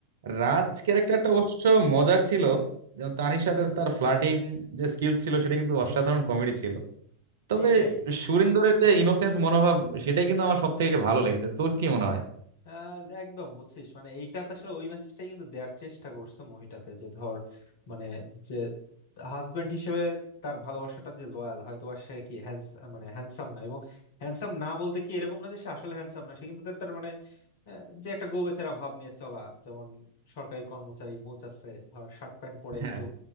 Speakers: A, on the right (about 60°); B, on the left (about 55°).
A: রাজ
B: হ্যাঁ,
A: ক্যারেক্টারটা অবশ্য মজার ছিল যেমন তানির সাথে তার ফ্লার্টিং যে স্কিল ছিল সেটা কিন্তু অসাধারণ কমেডি ছিল তবে
B: এটাই
A: সুরিন্দরের যে ইনোসেন্স মনোভাব সেটাই কিন্তু আমার সব থেকে ভালো লেগেছে তোর কি মনে হয়
B: আহ একদম বুঝছিস মানে এইটাতে আসলে ওই মেসেজটাই কিন্তু দেওয়ার চেষ্টা করছে মুভিটাতে যে ধর মানে যে হাজবেন্ড হিসেবে তার ভালোবাসাটা যে লয়াল হয়তো বা সে কি হ্যাজ মানে হ্যান্ডসাম না এবং হ্যান্ডসাম না বলতে কি এরকম না যে সে আসলে হ্যান্ডসাম না সে কিন্তু তার তার মানে আহ, যে একটা গো বেচারা ভাব নিয়ে চলা যেমন সরকারি কর্মচারী মোচ আছে ধর শার্ট প্যান্ট পরে
A: হ্যাঁ
B: একটু